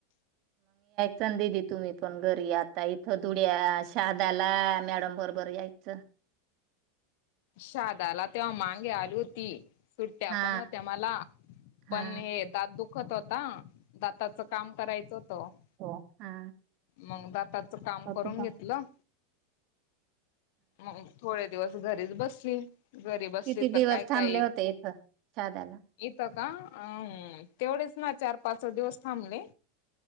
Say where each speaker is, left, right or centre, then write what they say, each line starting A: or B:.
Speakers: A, on the right (about 50°); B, on the left (about 65°).
A: चण ददी तुम्ही पण घरी आता इथं धुड्या शहादाला मॅडम बरोबर यायचं.
B: शदाला तेव्हा मगे आली होती. सुट्ट्या
A: हा
B: पण होत्या मला
A: हा
B: पण हे दात दुखत होता. दाताच काम करायचं होत.
A: हा
B: मग दाताचं काम
A: हा
B: करून घेतलं. मग थोडे दिवस घरीच बसली. गरीब असले
A: किती
B: तर
A: दिवस
B: काय काय
A: थांबले होते इथं शहादाला
B: इथ. का अ तेवढेच ना चार पाच दिवस थांबले.